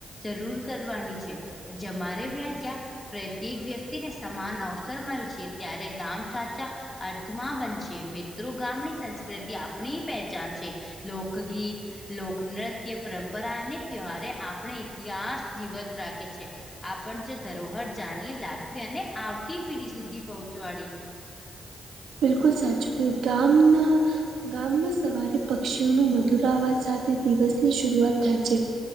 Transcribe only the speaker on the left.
જરૂર કરવાની છે જમારે વ્યાં <unintelligible> પ્રત્યેક વ્યક્તિને સમાન અવસર મળશે ત્યારે ગામ સાચા અર્થમાં બનશે. મિત્રો ગામની સંસ્કૃતિ આપણી પહેચાન છે. લોકગીત લોકનૃત્ય પરંપરા અને <unintelligible> આપણે ઇતિહાસ જીવંત રાખે છે. આપણ જે ધરોહર જાણવી રાખવી અને આવતી પીઢી સુધી પહોંચવાડી.